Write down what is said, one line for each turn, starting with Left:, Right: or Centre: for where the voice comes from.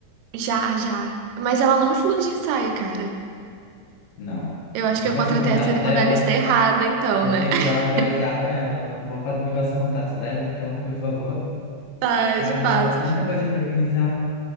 Right: Já, já. Mas ela não me falou de ensaio, cara.
Left: Não.
Right: Eu
Left: Me
Right: acho que eu
Left: passa
Right: contratei
Left: o contato
Right: a cerimonialista
Left: dela,
Right: errada, então,
Left: eu
Right: né?
Left: tenho
Right: <laughs>
Left: que dar uma atualizada nela. Vou pa- me passa o contato dela, então, por favor.
Right: Tá,
Left: Caramba,
Right: eu te passo.
Left: tanta coisa para organizar.